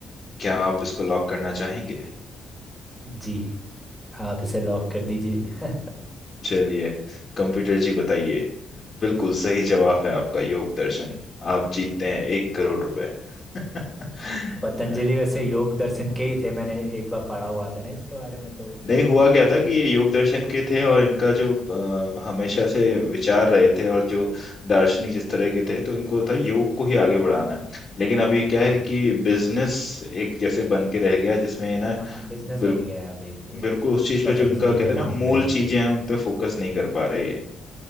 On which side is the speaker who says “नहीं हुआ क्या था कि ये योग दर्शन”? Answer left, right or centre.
Left